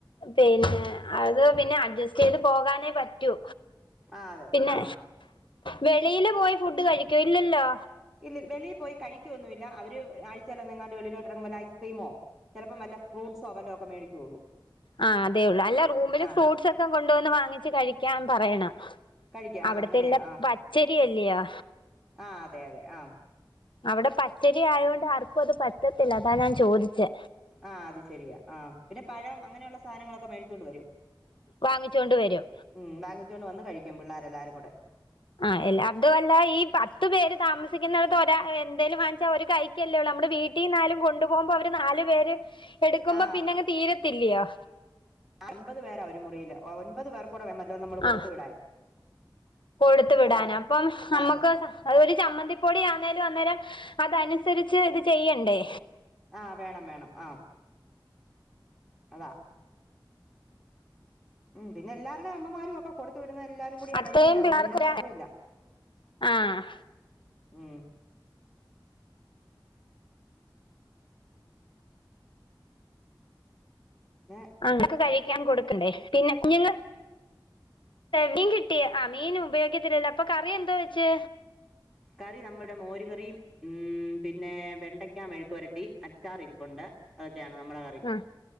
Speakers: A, on the left; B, in the centre.
A: പിന്നെ അത് പിന്നെ അഡ്ജസ്റ്റ് ചെയ്ത് പോകാനേ പറ്റൂ.
B: ആഹ് അതെ
A: പിന്നെ
B: ആഹ്
A: വെളിയില് പോയി ഫുഡ് കഴിക്കോ? ഇല്ലല്ലോ?
B: ഇല്ല വെളിയി പോയി കഴിക്കൊന്നുല്ല അവര് ആഴ്ചല്ല ന്നങ്ങാണ്ട്- വെളിട്ടലോട്ട് ഇറങ്ങ്മ്പല് ഐസ്ക്രീമോ, ചലപ്പം വല്ല ഫ്രൂഡ്സോ വെല്ല ഒക്കെ മേടിക്കുള്ളൂ.
A: ആഹാ അതേ ഉള്ളൂ. അല്ല റൂമിൽ
B: ആഹ്
A: ഫ്രൂഡ്സ് ഒക്കെ കൊണ്ടുവന്ന് വാങ്ങിച്ച് കഴിക്കൻ പറയണം.
B: കഴിക്ക ആഹ്
A: അവിടത്തെ
B: അങ്ങനെയാ
A: എല്ലാം പച്ചരിയല്ലയോ?
B: ആഹാ അതെ, അതെ, ആഹാ.
A: അവിടെ പച്ചരി ആയോണ്ട് ആർക്കും അത് പറ്റത്തില്ല, അതാ ഞാൻ ചോദിച്ചെ.
B: ആഹാ അത് ശരിയാ, ആ പിന്നെ പഴം അങ്ങനെയുള്ള- സാധനങ്ങളൊക്കെ മേടിച്ചോണ്ട് വരും.
A: വാങ്ങിച്ചൊണ്ട് വരും.
B: ഉം വാങ്ങിച്ചുകൊണ്ട് വന്ന് കഴിക്കും പിള്ളേരെല്ലാരും കൂടെ.
A: ആഹാ എല്ല അതു അല്ല, ഈ പത്ത് പേര് താമസിക്കുന്നട്ത്ത് ഒരാ എന്തേലും വാങ്ങിച്ചാ ഒര് കൈ- കല്ലേള്ളൂ നമ്മുടെ വീട്ടിന്നായാലും, കൊണ്ടു പോകുമ്പോ അവര് നാല് പേര്- എടുക്കുമ്പോ
B: ആഹ്
A: പിന്നങ്ങ് തീരത്തില്ല്യ
B: ഒമ്പത് പേരാ ഒരു മുറിയില് ഒമ്പത് പേർ കൂടെ വേമല്ലോ നമ്മൾ കൊടുത്ത്
A: ആഹ്
B: വിടാൻ
A: കൊടുത്തു വിടാൻ
B: അതാ
A: അപ്പം നമ്മക്ക്
B: ആഹ്
A: അത് ഒരു ചമ്മന്തിപ്പൊടി ആന്നേലും അന്നേരം അതനുസരിച്ച് ഇത് ചെയ്യണ്ടേ
B: ആഹ് വേണം വേണം ആഹ് അതാ ഉം പിന്നെ എല്ലരുടെ അമ്മ മാരും ഒക്കെ കൊടുത് വിട്ന്നെ എല്ലാരും കൂടിയാ
A: അത്രയും
B: കഴിക്കുന്നെ അത്
A: പിള്ളേർക്ക്
B: കൊണ്ട് പിന്നെ
A: ഒരാ
B: കുഴപ്പയില്ല
A: ആഹ്
B: ഉം ഏ
A: അങ്ങക്ക് കഴിക്കാൻ കൊടുക്കണ്ടേ പിന്നെ കുഞ്ഞുങ്ങൾ തരണ്ടി കിട്ടി ആ മീനു ഉപയോഗിക്കത്തിലല്ലോ അപ്പൊ കറി എന്താ വെച്ച്
B: കറി നമ്മുടെ മോര് കറിയും ഉം പിന്നെ വെണ്ടയ്ക്ക മെഴുക്ക് വരട്ടി അച്ചാർ ഇരിപ്പുണ്ട് അതൊക്കെയാണ് നമ്മടെക
A: ആഹ്